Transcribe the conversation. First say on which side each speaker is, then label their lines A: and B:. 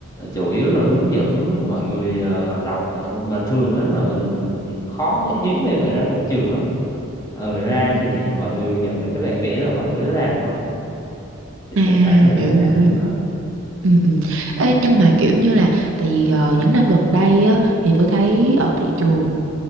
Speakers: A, on the left (about 15°); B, on the right (about 65°).
A: chủ yếu là hướng dẫn mọi người ờ, đọc À, mà thường á là mình khó hiếm khi phải ra công trường lắm ờ ra
B: ừ, ừ.
A: thì mọi người nhận được cái bản vẽ là mọi người cứ làm thôi thì
B: À
A: thỉnh thoảng mình
B: hiểu
A: mới ra
B: hiểu hiểu.
A: ờ.
B: Ừ, ừ. Ê, nhưng mà kiểu như là tại vì ờ, những năm gần đây á, thì tôi thấy ở thị trường